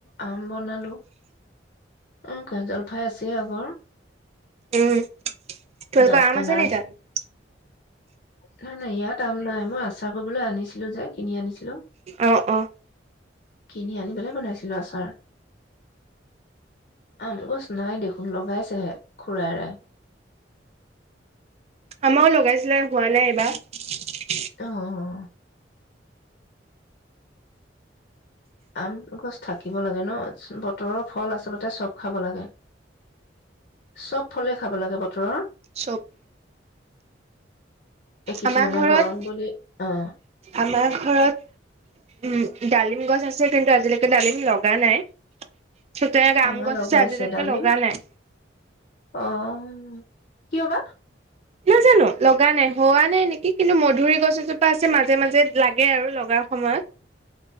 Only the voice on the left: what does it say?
আম বনালোঁ অঁ জলফাই আছে আগৰ
গাছ
টেঙা
নাই নাই ইয়াত আম নাই মই আচাৰ কৰিবলৈ আনিছিলো যে কিনি আনিছিলো
কিনি আনি পেলাই বনাইছিলো আচাৰ আম গছ নাই দেখোন লগাইছেহে খুৰাইয়ে
অঁ অঁ আম গছ থাকিব লাগে ন বতৰৰ ফল আচলতে চব খাব লাগে চব ফলে খাব লাগে বতৰৰ
এই কিছুমানে
গৰম বুলি অ
আমাৰ
লগাইছে
ডালিম।
অ', উম ', কিয়বা?